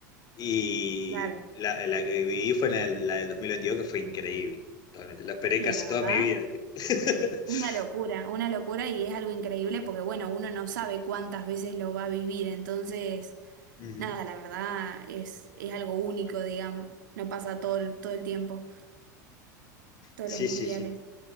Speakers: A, on the left; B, on the right.
A: Y
B: Claro.
A: la, la que viví fue en el- la del 2022 que fue increíble. Totalmente. La esperé
B: Sí,
A: casi
B: la verdad.
A: toda mi vida. <laughs>
B: Una locura, una locura y es algo increíble porque, bueno, uno no sabe cuántas veces lo va a vivir, entonces,
A: Ujú.
B: nada, la verdad es, es algo único, digamos, no pasa todo el, todo el tiempo, todos
A: Sí,
B: los mundiales.
A: sí, sí.